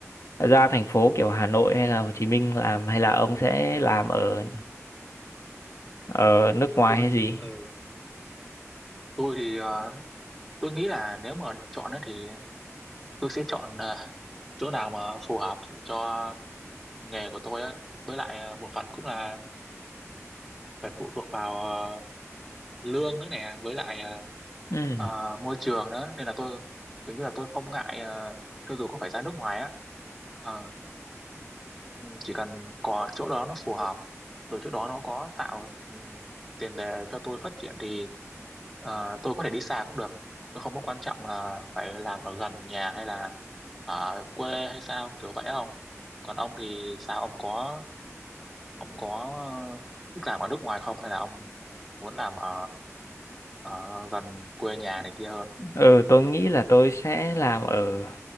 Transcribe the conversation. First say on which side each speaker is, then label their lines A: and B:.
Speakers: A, on the left; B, in the centre.
A: ra thành phố kiểu Hà Nội hay là Hồ Chí Minh làm hay là ông sẽ làm ở ở nước ngoài
B: tôi,
A: hay gì?
B: ờ, tôi thì ờ, tôi nghĩ là nếu mà được chọn á thì tôi sẽ chọn ờ, chỗ nào mà phù hợp cho nghề của tôi á với lại ờ, một phần cũng là phải phụ thuộc vào ờ, lương nữa nè với lại ờ,
A: Ừ.
B: ờ, môi trường nữa nên là tôi kiểu như là tôi không ngại ờ, cho dù có phải ra nước ngoài á Ờ, chỉ cần có chỗ đó nó phù hợp rồi chỗ đó nó có tạo ừm, tiền đề cho tôi phát triển thì ờ, tôi có thể đi xa cũng được tôi không có quan trọng là phải làm ở gần nhà hay là ở quê hay sao kiểu vậy không còn ông thì sao ông có ông có ờ, thích làm ở nước ngoài không hay là ông muốn làm ở ở gần quê nhà này kia hơn
A: Ừ, tôi nghĩ là tôi sẽ làm ở